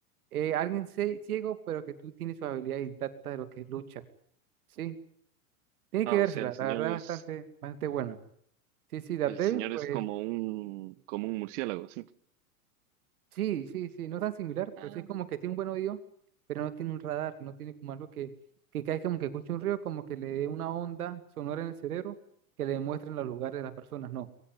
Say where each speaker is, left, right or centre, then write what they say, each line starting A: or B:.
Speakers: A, on the right; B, on the right.
A: eh, alguien cie- ciego, pero que tú tienes su habilidad intacta de lo que es lucha, ¿sí? Tiene
B: Ah,
A: que vérsela,
B: o sea, el señor
A: la verdad, es
B: es,
A: bastante, bastante buena. Sí, sí, Daredevil,
B: el señor
A: pues
B: es como un, como un murciélago, así.
A: sí, sí, sí, no tan similar,
B: Ah.
A: pero sí es como que tiene un buen oído, pero no tiene un radar, no tiene como algo que, que cae como que escuche un río, como que le dé una onda sonora en el cerebro que le muestren los lugares de las personas, no.